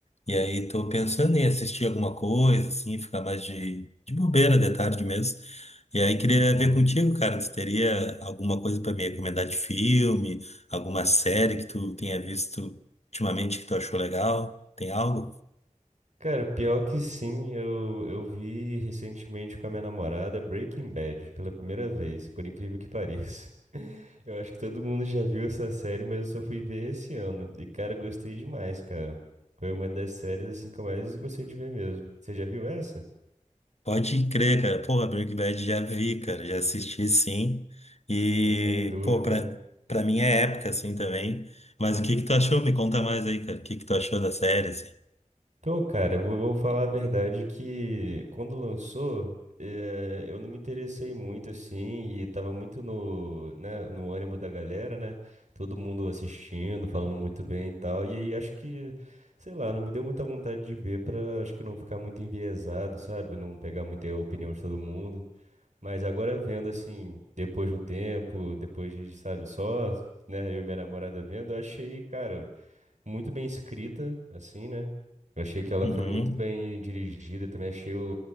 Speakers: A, on the left; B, on the right.
A: E aí tô pensando em assistir alguma coisa, assim, ficar mais de, de bobeira de tarde mesmo. E aí queria
B: uhum.
A: ver contigo, cara, se teria alguma coisa pra me recomendar de filme, alguma série que tu tenha visto ultimamente que tu achou legal? Tem algo?
B: Cara, pior que sim, eu, eu vi recentemente com a minha namorada Breaking Bad pela primeira vez, por incrível que pareça. <laughs> Eu acho que todo mundo já viu essa série, mas eu só fui ver esse ano. E, cara, gostei demais, cara. Foi uma das séries, assim, que eu mais gostei de ver mesmo. Você já viu essa?
A: Pode crer, cara. Porra, Breaking Bad já vi, cara. Já assisti, sim. E,
B: Pô, sem dúvida,
A: pô, pra,
B: né?
A: pra mim é época, assim, também. Mas o que que tu achou? Me conta mais aí, cara. O que que tu achou da série, assim?
B: Tô, cara, eu vou, vou falar a verdade que quando lançou, eh, eu não me interessei muito assim e tava muito no, né, no ânimo da galera, né? Todo mundo assistindo, falando muito bem e tal. E aí acho que, sei lá, não me deu muita vontade de ver pra acho que não ficar muito enviesado, sabe? Não pegar muita opinião de todo mundo. Mas agora vendo assim, depois de um tempo, depois de, sabe, só, né, eu e minha namorada vendo, eu achei, cara muito bem escrita, assim, né? Eu achei que ela
A: Uhum.
B: foi muito bem dirigida, também achei o-